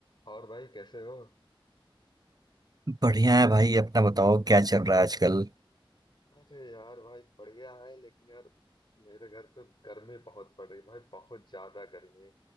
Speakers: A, on the left; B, on the right.
A: और भाई कैसे हो
B: बढ़िया है भाई अपना बताओ क्या चल रहा है आजकल
A: अरे यार भाई बढ़िया है लेकिन यार मेरे घर पे गर्मी बहुत पड़ रही है भाई बहुत ज्यादा गर्मी